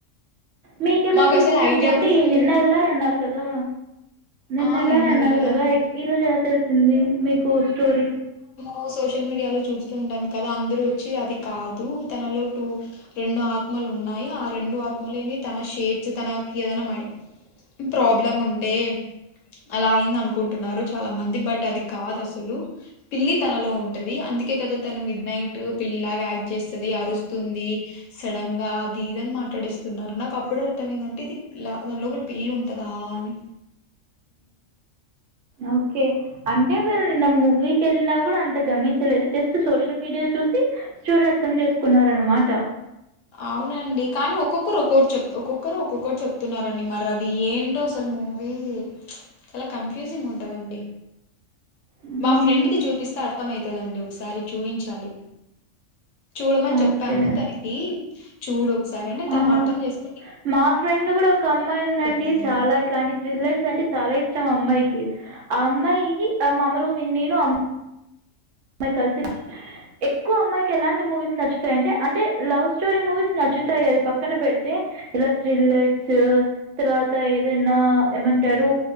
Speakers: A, on the right; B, on the left.
A: మీకెలా
B: మాకు
A: తెలిసిందండి
B: అసలు ఐడియా
A: అంటే
B: కూడా
A: ఇ
B: రాలేదు
A: నిన్న వెళ్లారన్నారు కదా నిన్నెలారన్నారు
B: ఆ నిన్న వెళ్ళానండి
A: కదా ఈరోజు ఎలా తెలిసింది మీకు స్టోరీ
B: ఓ సోషల్ మీడియా లో చూస్తూ ఉంటాం కదా అందరూ వచ్చి అది కాదు తనలో టూ రెండు ఆత్మ ఉన్నాయి ఆ రెండు ఆత్మలేమి తన షేడ్స్ తనకి ఏదనా మై ప్రాబ్లం ఉంటే అలా అయింది అనుకుంటున్నారు చాలా మంది బట్ అది కాదు అస్ పిల్లి తనలో ఉంటది అందుకే కద తను మిడ్ నైట్ పిల్లి లాగా యాక్ట్ చేస్తది అరుస్తు ఉంది సడన్ గా అది ఇదని మాట్లాడేస్తున్నారు నాకు అప్పుడు అర్థం ఏందంటే ఇది దాని లోపల ఇల్లుంటదా అని
A: ఓకే అంటే మీరు నిన్న మూవీకి వెళ్ళినా కూడా అంత గమనిచలేదు జస్ట్ సోషల్ మీడియా చూసి స్టోరి అర్థం చేసుకున్నరనమాట
B: అవునండి కానీ ఒక్కొక్కరు ఒక్కొక్కటి చెప్ ఒక్కొక్కరు ఒక్కొక్కటి చెప్తున్నారండి మరి అది ఏంటో అసలు మూవీ చాలా కన్ఫ్యూజింగ్ ఉంటదండి
A: హ్మ్.
B: మా ఫ్రెండ్కి చూపిస్తే అర్థమయితదండి ఒకసారి చూయించాలి చూడమని చెప్తాను
A: ఓకే.
B: తనకి చూడు ఒకసారి అంటే తను
A: ఆ!
B: అర్థం చేసు
A: మా ఫ్రెండ్ గుడ ఒక అమ్మాయి ఉందండి
B: చెప్తదనమాట
A: చాలా ఇట్లాంటి థ్రిల్లర్స్ అంటే చాలా ఇష్టం అమ్మాయికి ఆ అమ్మాయి ఆ మామలుగా నేను కల్సి ఎక్కువ అమ్మాయికి ఎలాంటి మూవీస్ నచ్చుతాయంటే అంటే లవ్ స్టోరీ మూవీస్ నచ్చుతాయి అది పక్కన పెడితే ఇలా థ్రిల్లర్స్ తర్వాత దనా ఏమంటారు